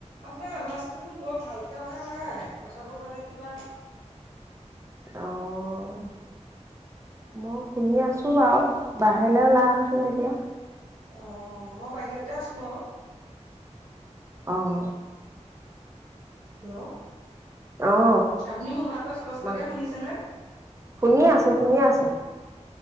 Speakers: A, on the right; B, on the right.
A: আপোনাৰ আৱাজটো মোৰ বৰ ভালকে অহা নাই কথাবোৰ মানে কিবা
B: অ' মই শুনি আছো বাৰু। বাহিৰলৈ ওলাই আহকচোন তেতিয়া।
A: অ' মই বাহিৰতে আছো বাৰু।
B: আহ।
A: হেল্ল'।
B: অ
A: আপুনি মোৰভাগৰ স্পষ্টকে
B: মা
A: শুনিছে নে?
B: শুনি আছো শুনি আছোঁ।